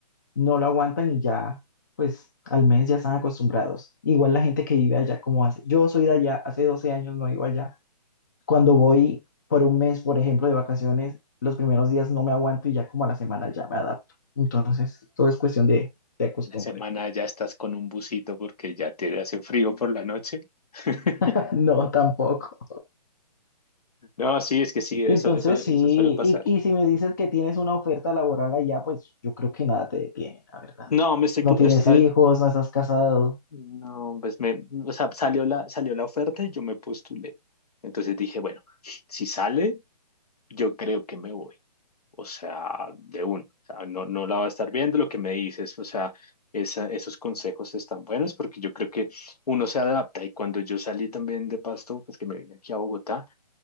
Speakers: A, on the left; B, on the left.
A: no lo aguantan y ya, pues al mes ya están acostumbrados. Igual la gente que vive allá como hace. Yo soy de allá, hace 12 años no iba allá. Cuando voy por un mes, por ejemplo, de vacaciones, los primeros días no me aguanto y ya como a la semana ya me adapto. Entonces, todo es cuestión de, de costumbre.
B: En la semana ya estás con un busito porque ya te hace frío por la noche. <laughs>
A: <laughs> No, tampoco.
B: No, sí, es que sí, eso,
A: Entonces,
B: eso, eso
A: sí,
B: suele pasar.
A: y, y si me dices que tienes una oferta laboral allá, pues yo creo que nada te detiene, la verdad.
B: No, me estoy,
A: No
B: pu-
A: tienes
B: está-
A: hijos, no estás casado.
B: no, pues me, o sea, salió la, salió la oferta y yo me postulé. Entonces dije, bueno, si sale, yo creo que me voy. O sea, de uno. O sea, no, no la va a estar viendo lo que me dices. O sea, esa- esos consejos están buenos porque yo creo que uno se adapta. Y cuando yo salí también de Pasto, pues que me vine aquí a Bogotá,